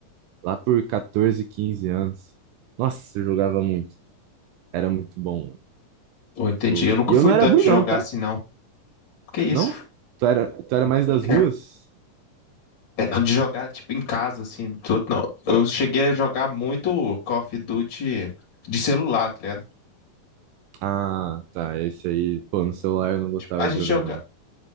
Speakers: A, on the right; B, on the left.
A: Lá por 14, 15 anos. Nossa, eu jogava muito. Era muito bom.
B: Pô, entendi.
A: Pô,
B: Eu nunca
A: E
B: fui
A: eu não
B: tanto
A: era ruim,
B: de
A: não,
B: jogar
A: tá?
B: assim, não. Que isso?
A: Não? Tu era, tu era mais
B: <laughs>
A: das ruas?
B: É, não, de jogar, tipo, em casa, assim, tudo, não. Eu cheguei a jogar muito Call of Duty de celular, tá ligado?
A: Ah, tá. Esse aí, pô, no celular eu não gostava
B: Tipo, a gente
A: de jogar,
B: joga,
A: não.